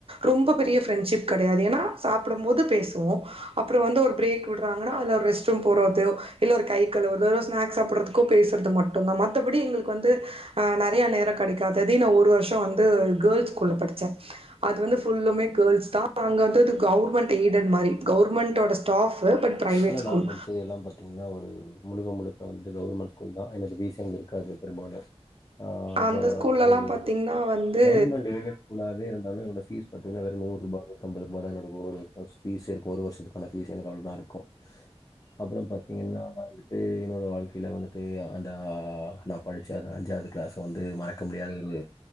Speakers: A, on the right; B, on the left.
A: ரொம்ப பெரிய ஃப்ரெண்ட்ஸிப் கடயாது ஏன்னா சாப் ப்புடும் போது பேஸ்வோ அப்றோ வந்து ஒரு ப்ரேக் விடுறாங்கன்னா அதுல ரெஸ்ட் ரூம் போறோதே இல்ல ஒரு கை கழுவுறதோ இல்ல ஒரு ஸ்நேக்ஸ் சாப்பறதுக்கோ பேசற்து மட்டுதா மத்தபடி எங்ளுக்கு வந்து நெறயா நேரோ கெடைக்காது அதே ஒரு ர்ஷோ வந்து கேல்ஸ் ஸ்கூல்ல படுச்ச அது வந்து ஃபுல்லுமே கேல்ஸ் தா அங்க வந்து அதுக் கவுர் எய்டட் மாரி கவுர்மண்ட்டோட ஸ்டாஃப்பு பட் பிரைவேட்
B: அதே
A: ஸ்கூல்
B: நா படுச்சது எல்லா பாத்தீங்க னா ஒரு முழுக்க முழுக்க வந்துட்டு கவுர்மெண்ட் ஸ்கூல் தா எனக்கு பீஸ் அங்க இருக்காது பெரும்பாலு அ <unintelligible>
A: அந்த ஸ்கூல்லலா
B: ஒரு
A: பாத்தீங்கன்னா வந்து
B: கவுர்மெண்ட் எய்டட் ஸ்கூலாவே இருந்தாலு என்னோட பீஸ் பத்தீங்கன்னா வெறு நூற்ருபா நூத்தம்பதுருபா தா எனக்கு ஒரு வர்ஷ ஃபீஸ்ஸே ஒரு வர்ஷத்துக்கு அவ்ளோதா இருக்கு அப்றோ பத்தீங்கனா நா வந்துட்டு என்னோட வாழ்க்கைல வந்துட்டு அந்த நா படிச்ச அந்த அஞ்சாவுது கிளாஸ வந்து மறக்க முடியாத ஒரு